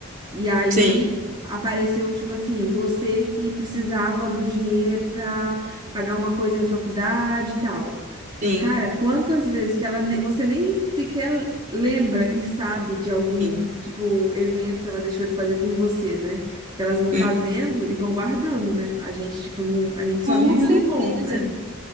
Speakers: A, on the right (about 20°); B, on the right (about 35°).
A: E aí
B: Sim,
A: apareceu, tipo assim, você que precisava do dinheiro pra pagar uma coisa da faculdade e tal.
B: sim,
A: Cara, quantas vezes que ela ne- você nem sequer lembra e sabe de algum,
B: sim.
A: tipo, evento que ela deixou de fazer por você, né? Porque elas vão fazendo
B: Uhum.
A: e vão guardando, né? A gente, tipo, não, a gente só
B: Com
A: vive
B: certeza.
A: do bom, né?